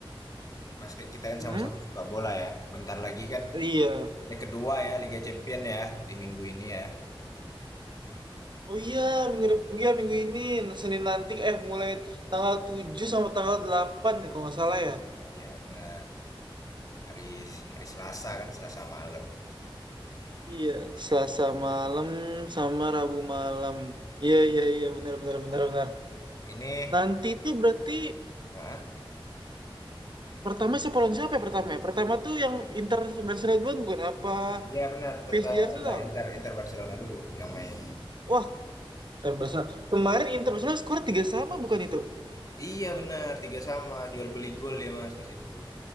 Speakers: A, on the left; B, on the right.
A: Mas kita kan
B: Hmm?
A: sama-sama suka bola ya. Bentar lagi kan
B: Iya.
A: leg kedua ya Liga Champion ya di minggu ini ya.
B: Oh iya, minggu dep- iya, minggu ini Senin nanti eh mulai tanggal 7 sampai tanggal 8, ya, kalau nggak salah ya.
A: Nah, iya benar. Hari hari Selasa kan Selasa malam.
B: Iya, Selasa malam sama Rabu malam. Iya, iya, iya, benar benar benar benar.
A: Ini,
B: Nanti itu berarti
A: ah,
B: pertama siapa lawan siapa ya pertama ya? Pertama tuh yang Inter Barcelona duluan bukan apa
A: iya benar. Tetap
B: PSG Arsenal?
A: ya Inter Inter Barcelona dulu yang main.
B: Wah, Eh, Barcelona. Kemarin Internasional skor tiga sama bukan itu?
A: Iya benar, tiga sama jual beli gol ya Mas pas itu.